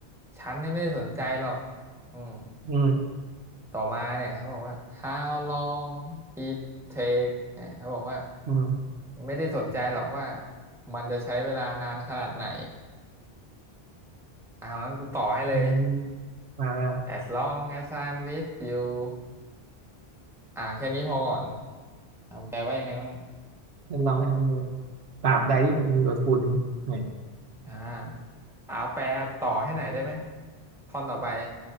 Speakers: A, in the centre; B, on the right.
A: ฉันเนี่ยไม่ได้สนใจหรอกอืม
B: อืม
A: ต่อมาเนี่ยเขาบอกว่า How long it take เนี่ยเขาบอกว่า
B: อืม
A: ไม่ได้สนใจหรอกว่ามันจะใช้เวลานานขนาดไหนเอางั้นกูต่อให้เลย
B: อืมมาแล้ว
A: As long as I'm with you อ่าแค่นี้พอก่อนอ่าแปลว่ายังไงบ้าง
B: จะลองแอมอยู่ตราบใดที่ผมอยู่กับคุณเนี่ย
A: อ่าเอาแปลต่อให้หน่อยได้ไหมท่อนต่อไป